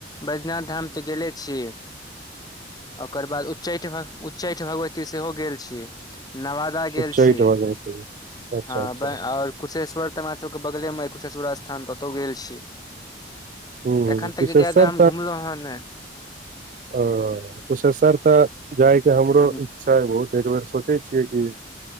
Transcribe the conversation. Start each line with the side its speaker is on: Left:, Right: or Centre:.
Left: बैज्यनाथ धाम तऽ गेले छी।
Right: <unintelligible>
Left: ओकर बाद उच्चैठ- उच्चैठ भगवती सेहो गेल छी। नवा दा गेल
Right: उच्चैठ
Left: छी।
Right: भगवती अच्छा
Left: हं
Right: अच्छा
Left: आओर कुशेश्वर तऽ हमरा सबके बगले में अय, कुशेश्वर स्थान तऽतौ गेल छी।
Right: हूँ
Left: एखन
Right: कुशेश्वर
Left: तक ज्यादा हम घुमलो हे नै।
Right: ओ कुशेश्वर तऽ जायके हमरो
Left: ह
Right: इच्छा बहुत, एक बेर सोचै छियै कि